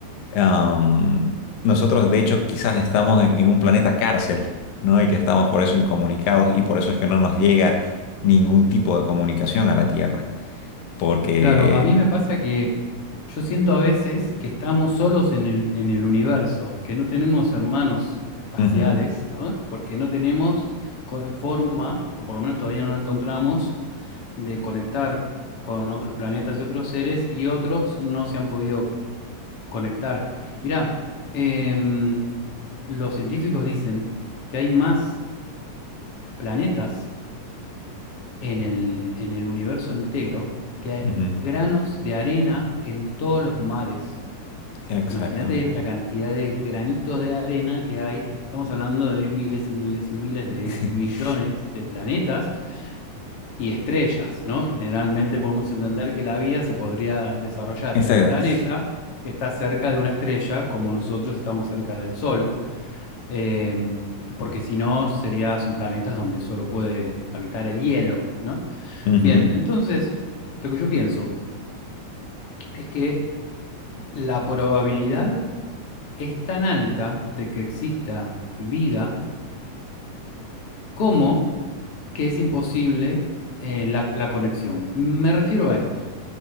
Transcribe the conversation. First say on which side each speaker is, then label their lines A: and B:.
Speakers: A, on the left; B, on the left.
A: Am, nosotros, de hecho, quizás estamos en, en un planeta cárcel, ¿no? Y que estamos por eso incomunicados y por eso es que no nos llega ningún tipo de comunicación a la Tierra. Porque...
B: claro, a mí me pasa que yo siento a veces que estamos solos en el, en el universo, que no tenemos hermanos espaciales,
A: Ujú,
B: ¿no? Porque no tenemos co- forma, o por lo menos todavía no la encontramos, de conectar con otros planetas y otros seres y otros no se han podido conectar. Mirá, em, los científicos dicen que hay más planetas en el, en el universo entero que hay
A: ujú,
B: granos de arena en todos los mares.
A: exactamente.
B: Imagínate la cantidad de granitos de arena que hay. Estamos hablando de miles y miles y miles de
A: <laughs>
B: millones de planetas y estrellas, ¿no? Generalmente podemos entender que la vida se podría desarrollar
A: Exacto.
B: en un planeta que está cerca de una estrella, como nosotros estamos cerca del Sol, em, porque si no, sería, son planetas donde solo puede habitar el hielo, ¿no?
A: Ujú,
B: Bien, entonces, lo que yo pienso es que la probabilidad es tan alta de que exista vida como que es imposible eh, la la conexión. Me refiero a esto.